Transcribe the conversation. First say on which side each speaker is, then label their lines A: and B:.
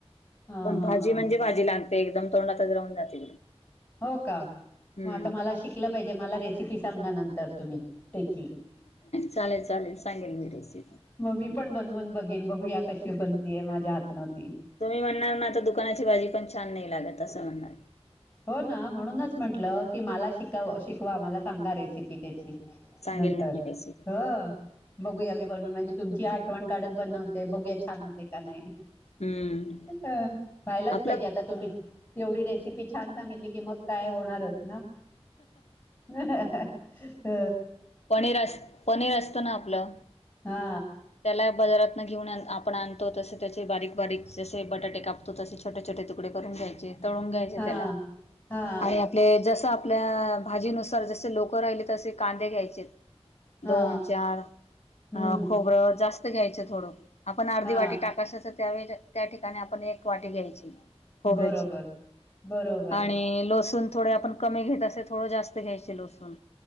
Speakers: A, on the left (about 15°); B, on the left (about 80°).
A: हा
B: पण
A: हा
B: भाजी
A: हा
B: म्हणजे भाजी लाग ते एकदम तोंडातच राहून जाते
A: हो का
B: हम्म
A: मग आता मला शिकलं पाहिजे मला रेसिपी सांगा नंतर तुम्ही. त्याची
B: चालेल चालेल सांगेल मी रेसिपी हम्म
A: म मी पण बनवून बघेन बघूया कशी पण ते माझ्या आत नव्हती
B: तुम्ही म्हणणार ना आता दुकानाची भाजी पण छान नाही लागत असं म्हणणार
A: हो ना म्हणूनच म्हटलं की मला शिकाव शिकवा मला सांगा रेसिपी त्याची
B: सांगेल
A: नंतर
B: ना मी रेसिपी
A: हा बघूया
B: हम्म
A: मी बनून म्हणजे तुमची आ आठवण काढत बनवते बघूया छान होते का नाही
B: हम्म
A: अ व्हायलाच
B: आपलं
A: पाहिजे आता तुम्ही एवढी रेसिपी छान सांगितली की मग काय होणारच ना ह ह ह अ
B: पनीर अस पनीर असतं ना आपलं
A: हा
B: त्याला बजारात न घेऊन न आपण आणतो तसे त्याचे बारीक बारीक जसे बटाटे कापतो तसे छोटे छोट तुकडे तुकडे करून घ्यायचे तळून घ्यायचे
A: हा
B: त्याला
A: हा
B: आणि आपले जस आपल्या भाजीनुसार जसे लोक राहिले तसे कांदे घ्यायचे
A: हा
B: दोन चार
A: हम्म
B: खोबरं जास्त घ्यायचं थोड आपण अर्धी
A: हा
B: वाटी टाकायचे त्यावेळी त्या ठिकाणी आपण एक वाटी घ्यायची खोबऱ्याची
A: बरोबर बरोबर
B: आणि लसू लसूण थोडे आपण कमी घेत असे थोडं जास्त घ्यायचे लसूण